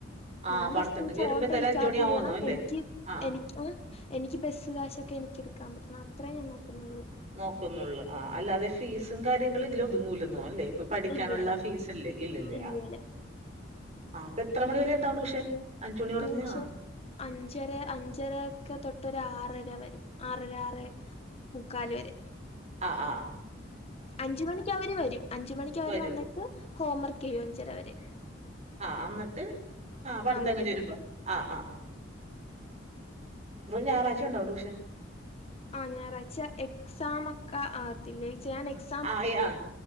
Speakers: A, on the right; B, on the left.
A: ആഹ്
B: ഞാൻ
A: പഠിത്തം
B: ജസ്റ്റ്
A: കഴിഞ്ഞ്
B: ഫോൺ
A: വരുമ്പോ എന്തായാലും
B: റീചാർജ്
A: അഞ്ച് മണി ആവുന്നോ
B: യ്യണം
A: അല്ലേ
B: എനിക്ക്
A: ആഹ് ആഹ്
B: എനിക്കും എ എനിക്ക് ബസ്സ് കാശൊക്കെ എനിക്ക്ട്ക്കാൻ പറ്റണം അത്രേ ഞാൻ നോക്കുന്നുള്ളൂ
A: നോക്കുന്നുള്ളൂ ആ അല്ലാതെ ഫീസും കാര്യങ്ങളും ഇതിലൊതുങ്ങൂലെന്നോ അല്ലേ പ്പൊ പഠിക്കാനുള്ള
B: ഇല്ലില്ല
A: ഫീസല്ലെ ഇല്ലല്ലേ
B: ഇല്ലില്ല
A: ആ ആ അപ്പൊ എത്ര മണി വരെ ണ്ടാവും ട്യൂഷൻ അഞ്ച് മണി തുടങ്ങിയ
B: ടൂഷൻ
A: ആഹ്
B: അഞ്ചര അഞ്ചരാക്കെ തൊട്ടൊരു ആറര വെരെ ആറര ആറെ മുക്കാല് വെരെ
A: ആ ആ ആ
B: അഞ്ച് മണിക്ക് അവര് വരും അഞ്ച് മണിക്കവര്
A: വരും
B: വന്ന്ട്ട് ഹോംവർക്കെയ്യും അഞ്ചരവരെ
A: ആ ന്ന്ട്ട് ആ പട്ത്തെങ്കയ്ഞ്
B: വരുന്നത്
A: വെരുമ്പോ ആ ആ ആ പ്പൊ ഞാറാഴ്ചണ്ടോ ടൂഷൻ
B: ആ ഞായറാഴ്ച്ച എക്സാമൊക്കെ ആത്തില്ലേയ്ച്ചാണ് എക്സ്
A: ആയ് ആ